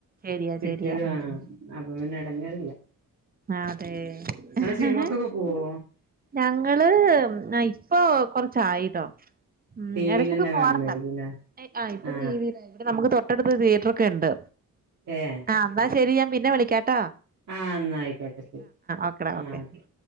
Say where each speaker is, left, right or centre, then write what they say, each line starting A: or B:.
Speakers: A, on the right; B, on the right.
A: ശരിയാ
B: ചുറ്റിലും
A: ശരിയാ ഉം
B: ആണ് അപ്പ പിന്നെ എടങ്ങെറില്ല.
A: അതെ
B: ഇങ്ങള് സനിമക്കൊക്കെ പോവോ?
A: ഞങ്ങള് ഇപ്പൊ കൊർച്ചായിട്ടോ ഉം
B: ടി
A: എടക്കൊക്കെ
B: വിൽ തന്നെ
A: പോവാറ്ണ്ട്
B: കാണുന്നായിരിക്കുംല്ലേ
A: ആഹ് ഇപ്പൊ
B: ആ
A: ടിവിയിലെ നമുക്ക് തൊട്ടടുത്ത് തിയേറ്ററോക്കെണ്ട്
B: ഏഹ്
A: ആന്നാ ശെരി ഞാൻ പിന്നെ വിളിക്കാട്ടോ
B: ആഹ് ഇന്നായ്ക്കോട്ടെ ശെരി
A: ഓക്കെടാ ഓക്കെ
B: ആഹ് ശെരി